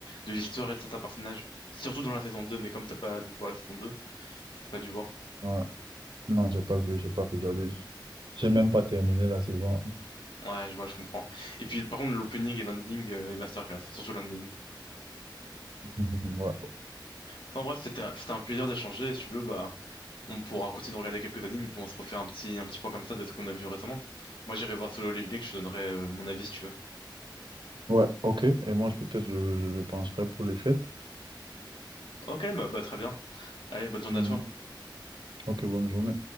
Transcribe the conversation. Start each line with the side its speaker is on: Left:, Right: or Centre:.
Left: de l'histoire et de certains personnages. Surtout dans la saison 2 mais comme t'as pas dû voir la saison 2 t'as pas dû voir.
Right: Ouais. Non, j'ai pas vu, j'ai pas regardé. j- J'ai même pas terminé la saison.
Left: Ouais, je vois, je comprends. Et puis, par contre, l'opening et l'ending euh, et masterclass, surtout l'ending.
Right: <laughs> Ouais.
Left: Enfin bref, c'était un, c'était un plaisir d'échanger. Si tu veux, bah, on pourra continuer de regarder quelques animes et puis on se refait un petit, un petit point comme ça de ce qu'on a vu récemment. Moi, j'irai voir Solo Leveling, je te donnerai euh, mon avis si tu veux.
Right: Ouais, ok. Et moi, je- peut-être, je, je, je penserai pour les fêtes.
Left: Ok, bah, bah très bien. Allez, bonne journée
Right: Mhm.
Left: à toi.
Right: Ok, bonne journée.